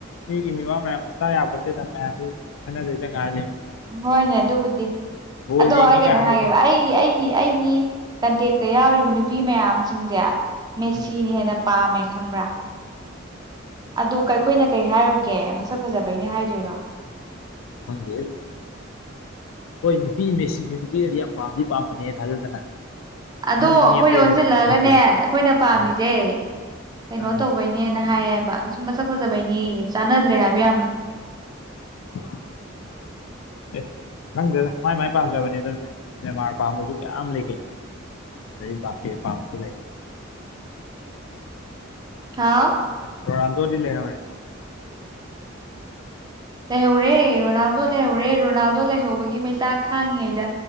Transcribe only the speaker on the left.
ꯃꯤꯒꯤꯅꯦꯕꯥ ꯃꯌꯥꯝ ꯇ ꯌꯥꯕꯁꯤꯗ ꯃꯌꯥꯝꯗꯤ ꯈꯟꯅꯗꯣꯏꯗ ꯉꯥꯏꯍꯜꯂꯤ
ꯕꯣꯜ
ꯌꯦꯡꯉꯤꯒ
ꯍꯥꯏꯁꯦ
ꯎꯝ
ꯐꯪ ꯍꯣꯏ ꯅꯨꯄꯤ ꯃꯦꯆꯁꯦ ꯅꯨꯄꯤꯅꯗꯤ ꯌꯥꯝ ꯄꯥꯝꯗꯤ ꯄꯥꯝꯕꯅꯦ ꯊꯥꯖꯗꯅ
ꯃꯤ ꯅꯦꯝꯕꯩꯔ
ꯈꯪꯕ ꯅꯠꯇꯦ
ꯑꯥ
ꯑꯥ
ꯑ ꯑꯦ ꯈꯪꯖꯗ ꯃꯥꯏ ꯃꯥꯏ ꯄꯥꯝꯖꯕꯅꯤꯗ ꯃꯦꯟꯃꯥꯔ ꯄꯥꯝꯕꯁꯨ ꯀꯌꯥꯝ ꯂꯩꯒꯦ ꯂꯩ ꯄꯤꯦ ꯄꯥꯝꯁꯨ ꯂꯩ
ꯂꯔ ꯇ ꯗꯂꯦ ꯍꯔꯦ